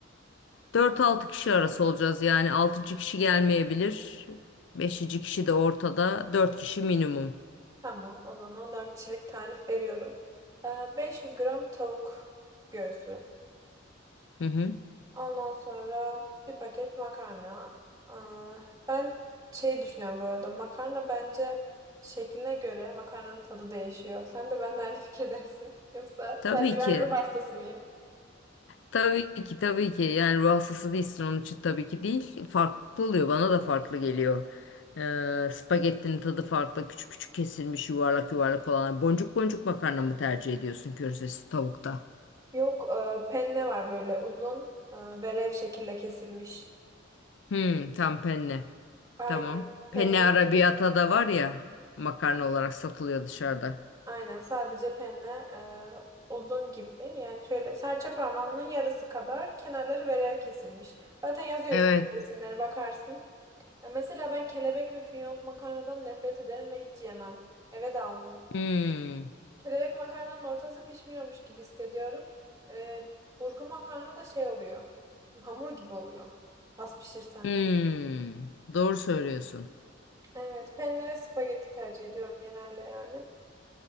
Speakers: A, on the left; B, on the right.
A: Dört altı kişi arası olacağız yani 6. kişi gelmeyebilir. 5. kişi de ortada. dört kişi minimum.
B: Tamam, o zaman 4 kişilik tarif veriyorum. Ee, 500 gram tavuk göğsü.
A: Hı hı.
B: Ondan sonra bir paket makarna. Aa, ben şey düşünüyorum bu arada. Makarna bence şekline göre makarnanın tadı değişiyor. Sen de benimle aynı fikirde misin? <laughs> Yoksa
A: Tabii
B: sadece ben
A: ki.
B: ruh hastası mıyım?
A: Tabii ki tabii ki yani ruh hastası değilsin onun için tabii ki değil. Farklı oluyor bana da farklı geliyor. Ee, spagettinin tadı farklı küçük küçük kesilmiş yuvarlak yuvarlak olanlar. Boncuk boncuk makarna mı tercih ediyorsun körzesi tavukta?
B: Yok e, penne var böyle uzun e, ve rev şekilde kesilmiş.
A: Hmm tam penne
B: Aynen.
A: tamam. Penne
B: Penne.
A: arrabbiata da var ya makarna olarak satılıyor dışarıda.
B: Aynen sadece penne e, uzun gibi. Yani şöyle serçe parmağının yarısı kadar kenarları verev kesilmiş. Zaten yazıyorsun
A: Evet.
B: resimlere bakarsın. E, mesela ben kelebek ve fiyonk makarnadan nefret ederim ve hiç yemem. Eve de almam.
A: Hmm.
B: Kelebek makarnanın ortası pişmiyormuş gibi hissediyorum. E, burgu makarna da şey oluyor. Hamur gibi oluyor. Az pişirsen
A: Hmm.
B: de.
A: Doğru söylüyorsun.
B: Evet, penne ve spagetti tercih ediyorum genelde yani.